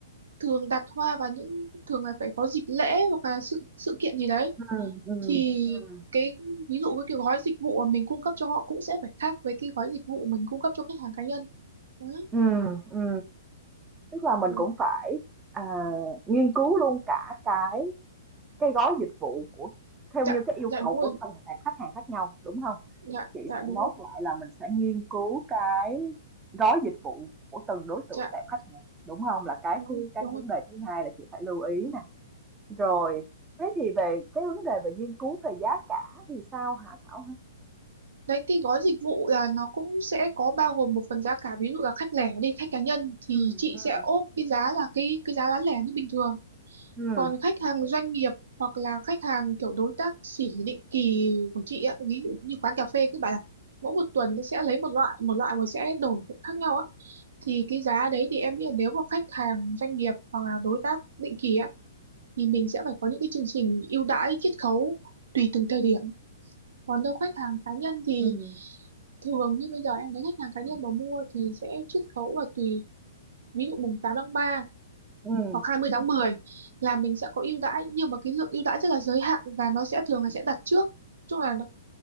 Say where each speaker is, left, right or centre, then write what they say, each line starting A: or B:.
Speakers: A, on the right; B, on the right.
A: thường đặt hoa vào những thường là phải có dịp lễ hoặc là sự sự kiện gì đấy.
B: ừ ừ
A: Thì
B: ừ
A: cái ví dụ cái kiểu gói dịch vụ mà mình cung cấp cho họ cũng sẽ phải khác với cái gói dịch vụ mình cung cấp cho khách hàng cá nhân. Đó.
B: ừ ừ. tức là
A: Ừ.
B: mình cũng phải à, nghiên cứu luôn cả cái Cái gói dịch vụ của theo
A: dạ
B: như cái yêu
A: dạ
B: cầu
A: đúng
B: của
A: rồi
B: từng tệp khách hàng khác nhau, đúng không
A: dạ
B: Chị
A: dạ
B: sẽ
A: đúng
B: note
A: rồi
B: lại là mình sẽ nghiên cứu cái gói dịch vụ của từng đối tượng
A: dạ
B: tệp khách hàng, đúng không Là cái
A: đúng
B: thứ
A: rồi,
B: cái
A: đúng
B: vấn
A: rồi.
B: đề thứ hai là chị phải lưu ý nè. Rồi, thế thì về cái vấn đề về nghiên cứu về giá cả thì sao hả Thảo hả?
A: đấy cái gói dịch vụ là nó cũng sẽ có bao gồm một phần giá cả ví dụ là khách lẻ đi khách cá nhân thì
B: Ừm,
A: chị
B: ừm,
A: sẽ ốp cái giá là cái cái giá bán lẻ như bình thường
B: ừm,
A: còn khách hàng doanh nghiệp hoặc là khách hàng kiểu đối tác sỉ định kỳ của chị á ví dụ như quán cà phê các bạn, là mỗi một tuần nó sẽ lấy một loại một loại mà sẽ đổi khác nhau á thì cái giá đấy thì em nghĩ là nếu mà khách hàng doanh nghiệp hoặc là đối tác định kỳ á thì mình sẽ phải có những cái chương trình ưu đãi chiết khấu tùy từng thời điểm còn đâu khách hàng cá nhân thì
B: ừm,
A: thường như bây giờ em thấy khách hàng cá nhân
B: ừm,
A: mà mua thì sẽ chiết khấu là tùy ví dụ mùng 8 tháng 3
B: ừm,
A: hoặc 20 tháng 10 là mình sẽ có ưu đãi nhưng mà cái lượng ưu đãi rất là giới hạn và nó sẽ thường là sẽ đặt trước chung là nó,